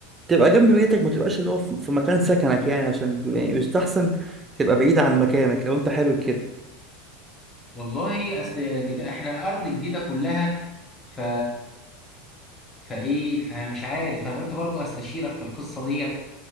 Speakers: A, on the right; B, on the left.
A: تبقى جنب بيتك ما تبقاش اللي هو في في مكان سكنك يعني عشان ب- يعني بيستحسن تبقى بعيد عن مكانك لو انت حابب كده
B: والله اصل اللي جا- احنا ارض جديده كلها ف فايه فمش عارف انا قلت برضو استشيرك في القصه ديت